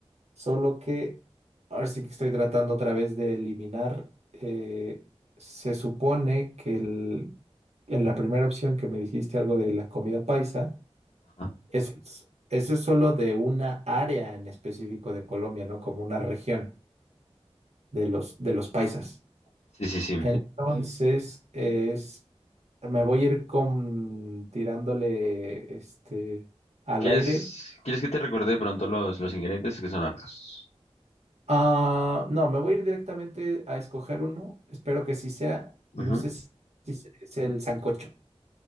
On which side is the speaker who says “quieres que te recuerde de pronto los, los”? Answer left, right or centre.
Left